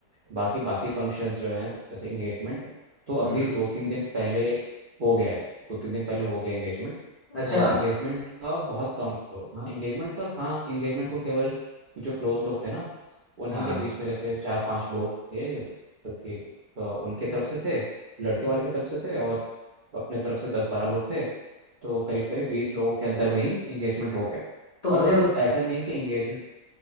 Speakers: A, on the right; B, on the left.
A: बाकी बाकी फंक्शंस जो हैं जैसे इंगेजमेंट तो अभी
B: हम्म।
A: दो तीन दिन पहले हो गया है दो तीन दिन पहले हो गया इंगेजमेंट
B: अच्छा
A: और इंगेजमेंट का बहुत कम लोग हाँ इंगेजमेंट का हाँ इंगेजमेंट को केवल जो क्लोज लोग थे ना उन्हीं
B: हाँ
A: के बीच में जैसे चार पांच लोग थे जो कि अ, उनके तरफ से थे लड़के वाले की तरफ से थे और अपने तरफ से दस बारह लोग थे तो करीब करीब बीस लोगों के अंदर में ही इंगेजमेंट हो गया
B: तो
A: और
B: मुझे
A: मतलब ऐसा नहीं कि इंगेजमेंट